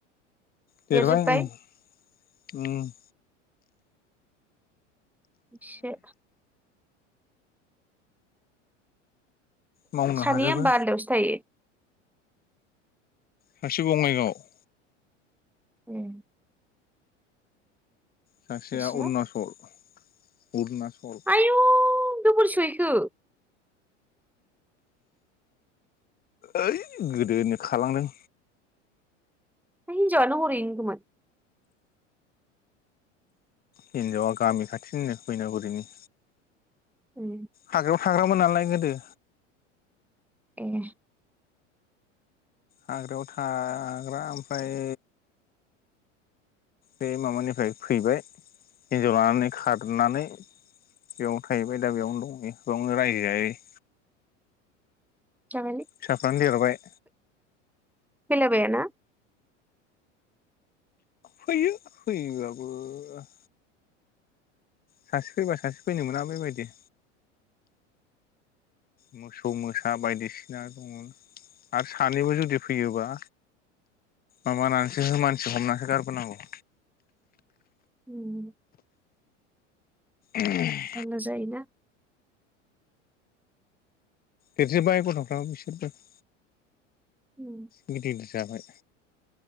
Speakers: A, on the left; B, in the centre.
A: देरबाय
B: देरजोब्बाय
A: उम उम।
B: एसे।
A: मावनो
B: सानैया
A: हाजोबो
B: होमबा आलदायावसो थायो।
A: सारसे बङाइगावाव
B: उम।
A: सासेया
B: मिथिया
A: अरुचल अरुनाचल
B: आयु गोबोर सहैखो
A: ओइ गोदोनोनो खालांदों।
B: बै हिनजाव यानो हरै होन
A: हिनजावा गामि खाथिनिनो बैनागुरिनि
B: ओम।
A: हाग्रायाव थाग्रामोन नालाय गोदो
B: ओम।
A: हाग्रायाव थाग्रा ओमफ्राय बे माबानिफ्राय फैबाय हिनजाव लानानै खारनानै बेयावनो थाहैबाय दा बेयावनो दंयावनो रायजो जाहैयो
B: जाबायलै।
A: फिसाफ्रानो देरबाय।
B: फैलाबायाना
A: फैयो फैयोबाबो ओ सासे फैबा सासे फैनो मोना बेबादि मोसौ मोसा बायदिसिना दङ आरो सानैबो जुदि जुदि फैयोबा माबानानैसो मानसि हमनानैसो गारबोनांगौ।
B: ओम।
A: ओम।
B: जारला जायो ना।
A: देरजोबबाय गथ'फ्राबो बिसोरबो ओ
B: उम।
A: गिदिर गिदिर जाबाय।